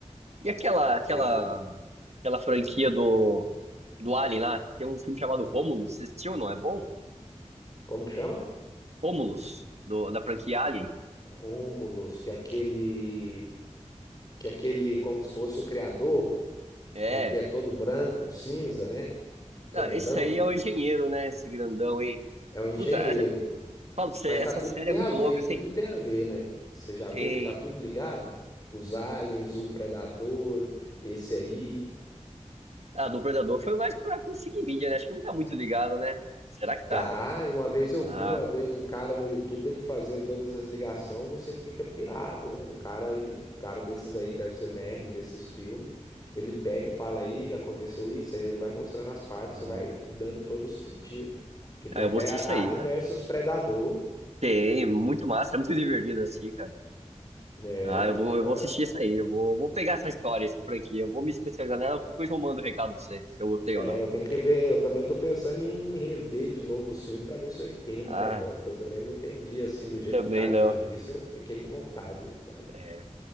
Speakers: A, on the right; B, on the left.
A: E aquela,
B: Não Sei,
A: aquela,
B: eu escutei.
A: aquela franquia do, do Alien lá? Tem um filme chamado Romulus. Você assistiu, não? É bom?
B: Como que chama?
A: Romulus, do, da franquia Alien.
B: Rômulus, que aquele. Que aquele, como se fosse o criador,
A: É.
B: um que é todo branco, cinza, né?
A: Não,
B: Grandão.
A: esse aí é o engenheiro, né? Esse grandão aí.
B: É um engenheiro.
A: Puta, essa- falo pra você,
B: Mas
A: essa
B: tá tudo
A: série
B: tem
A: é muito
B: a ver,
A: louca. Assim,
B: tudo tem a ver, né? Você já viu
A: tem.
B: que tá tudo ligado? Os aliens, o predador, esse aí.
A: Ah, do Predador foi mais pra conseguir mídia, né? Acho que não tá muito ligado, né? Será que tá?
B: Tá, e uma vez eu
A: Ah,
B: vi uma vez um cara no YouTube ele fazendo todas as ligações, você fica pirado, velho. O cara, cara desses aí que deve ser nerd desses filmes, ele pega e fala aí, aconteceu isso, aí ele vai mostrando as partes,
A: ah,
B: você vai dando todo o sentido. Que tem
A: ah, eu
B: até
A: vou assistir
B: Alien
A: isso aí, cara.
B: versus Predador.
A: Tem, muito massa, é muito divertido assistir, cara.
B: É,
A: Ah, eu
B: muita
A: vou, eu vou assistir isso aí, eu vou, vou pegar essa história, essa franquia, eu vou me especializar nela, qualquer coisa eu mando o recado pra você, se eu gostei
B: É,
A: ou não.
B: eu tenho que ver, eu também tô pensando em rever de novo o filme pra ver se eu entendo
A: Ah,
B: melhor, porque eu também não entendi assim do jeito
A: também
B: que o cara
A: não.
B: tinha visto, eu fiquei com vontade, sabe?
A: É.